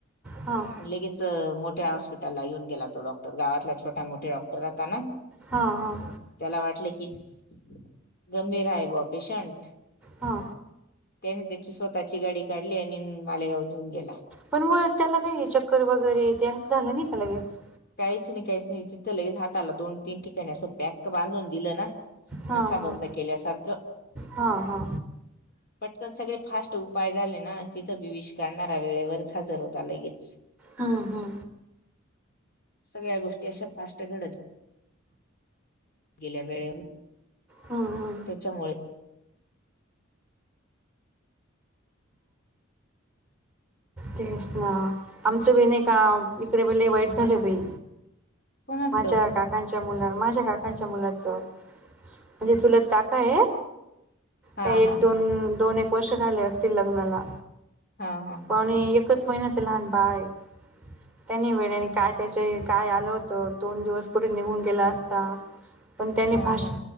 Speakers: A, in the centre; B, on the left (about 50°).
A: हां.
B: लगेच अं मोठ्या हॉस्पिटलला येऊन गेला तो डॉक्टर, गावातला छोटा, मोठे डॉक्टर राहता ना.
A: हा-हां,
B: त्याला वाटलं की चुलत, गंभीर आहे बा पेशंट.
A: हा.
B: त्याने त्याची स्वतःची गाडी काढली, आणि मालेगावला घेऊन गेला.
A: पण मग त्याला काही चक्कर वगैरे ते असं झालं नाही का लगेच
B: काहीच नाहीधम, काहीच नाही तिथं लगेच हाताला दोन तीन ठिकाणी असं पॅक बांधून दिलं ना
A: हा
B: नसा
A: हा
B: बंद केल्यासारखं
A: हा हा
B: पटकन सगळे फास्ट उपाय झाले ना तिथं बी विष काढणारा वेळेवरच हजर होता लगेच.
A: हा- हा.
B: सगळ्या गोष्टी अशा फास् हीट घडत गेल्या वेळेनं
A: हा- हा.
B: त्याच्यामुळे
A: तेच ना आमचं बी नाही का, इकडे बि लैई वाईट झालं बाई.
B: कोणाच
A: माझे व काक त्याचा मुलान, माझ्या काकांच्या मुलाचं म्हणजे चुलत काका ये
B: हा
A: त
B: हा
A: एक दोन -दोन एक वर्ष झाले असतील लग्नाला.
B: हा-हा.
A: आणि एकच महिन्याच लहान बाळ आहे. त्यानी वेड्याने काय त्याच्या काय आल होत, दोन दिवस पुढे निघून गेला असता. पण त्याने
B: हा
A: फाशी
B: हा